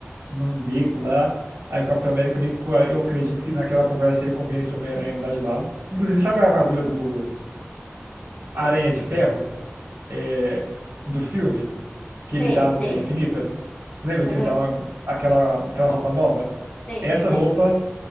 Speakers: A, on the right (about 75°); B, on the left (about 25°).
A: num beco lá. Aí o Capitão América meio que, co- eu acredito que naquela conversa ele convence o Homem-Aranha a mudar de lado. Inclusive, sabe a armadura do Aranha de Ferro? É, do filme? que ele
B: Sei,
A: dá
B: sei.
A: no Guerra Infinita? Lembra
B: Aham.
A: que ele dá uma, aquela, aquela roupa nova?
B: Sei,
A: Essa
B: sei.
A: roupa